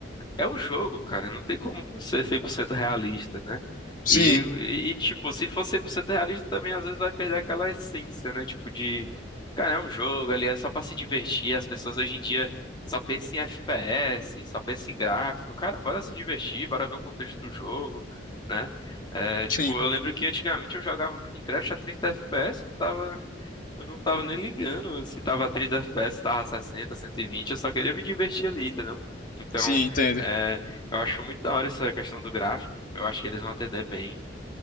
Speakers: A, on the left; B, on the left.
A: é um jogo, cara. Não tem como você ser 100% realista, né?
B: sim,
A: E, e, tipo, se for 100% realista, também às vezes vai perder aquela essência, né? Tipo, de. Cara, é um jogo ali, é só pra se divertir. As pessoas hoje em dia só pensam em FPS, só pensam em gráfico. Cara, bora se divertir, bora ver o contexto do jogo, né? É, tipo,
B: sim,
A: eu lembro que antigamente eu jogava Minecraft a 30 FPS, eu tava. Eu não tava nem ligando se tava 30 FPS, se tava 60, 120, eu só queria me divertir ali, entendeu? Então.
B: sim, entendo.
A: É, eu acho muito da hora essa questão do gráfico. Eu acho que eles vão atender bem.